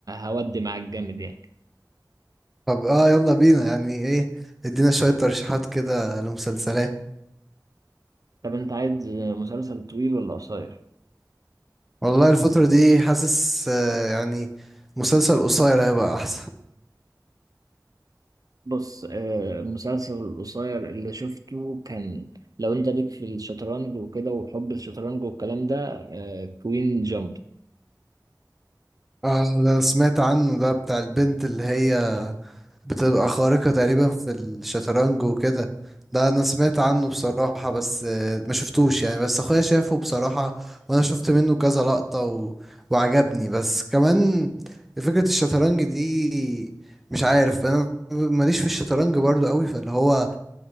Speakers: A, on the right; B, in the centre.
A: هودي معاك جامد يعني
B: طب اه يلا بينا يعني ايه ادينا شوية ترشيحات كده لمسلسلات
A: طب انت عايز مسلسل طويل ولا قصير
B: والله الفترة دي حاسس آه، يعني مسلسل قصير هيبقى أحسن
A: بص آه، المسلسل القصير اللي شفته كان لو انت ليك في الشطرنج وكده وحب الشطرنج والكلام ده آه، كوين جامب
B: اه ده سمعت عنه ده بتاع البنت اللي هي بتبقى خارقة تقريبا في الشطرنج وكده ده أنا سمعت عنه بصراحة بس آه، ما شفتوش يعني بس أخويا شافه بصراحة وأنا شفت منه كذا لقطة و... وعجبني بس كمان فكرة الشطرنج دي مش عارف أنا ماليش في الشطرنج برضو قوي فاللي هو